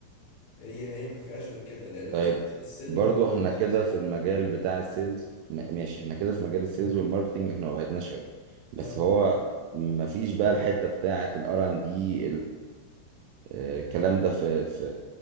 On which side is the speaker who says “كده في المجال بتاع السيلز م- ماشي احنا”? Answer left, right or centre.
Right